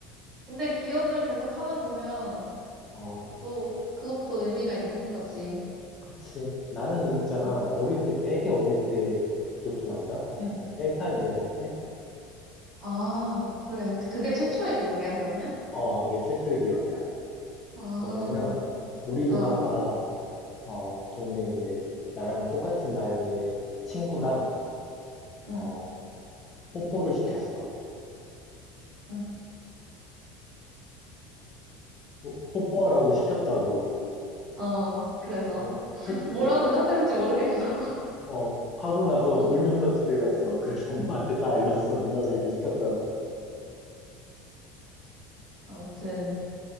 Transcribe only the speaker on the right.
근데 기억을 계속 하다 보면
또 그것도 의미가 있는 거지.
응,
응.
아, 그래. 그게 최초의 기억이야, 그러면?
아,
어,
응,
응.
어, 그래서.
<laughs>
뭐라고 대답해야 될지 모르겠어. <laughs>
어,
아무튼.